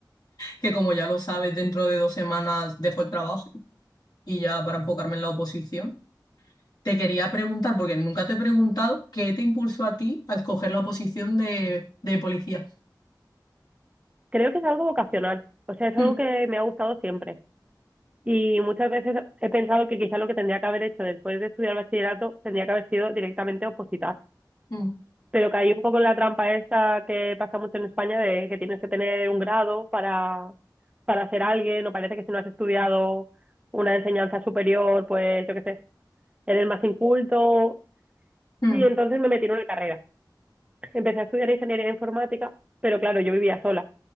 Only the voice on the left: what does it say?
que como ya lo sabes, dentro de dos semanas dejo el trabajo y ya para enfocarme en la oposición. Te quería preguntar, porque nunca te he preguntado, ¿qué te impulsó a ti a escoger la oposición de, de policía?
Mm,
mm,
mm,